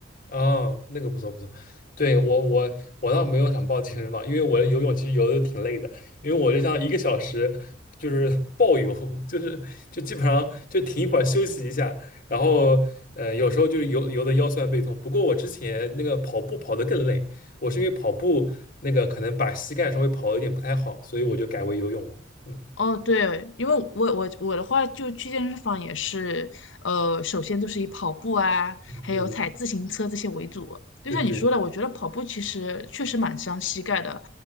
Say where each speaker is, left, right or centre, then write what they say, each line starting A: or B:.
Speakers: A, on the left; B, on the left.
A: 哦，那个不错不错，对我我我倒没有想报健身房，因为我游泳其实游的挺累的，因为我就像一个小时就是暴游，<laughs> 就是就基本上就停一会儿休息一下，然后呃有时候就是游游的腰酸背痛。不过我之前那个跑步跑的更累，我是因为跑步那个可能把膝盖稍微跑的有点不太好，所以我就改为游泳了。嗯
B: 哦，对，因为我我我的话，就去健身房也是，呃，首先都是以跑步啊，还有踩自行车这些为主。
A: 嗯，
B: 就像你说的，
A: 对对，
B: 我觉得跑步其实确实蛮伤膝盖的，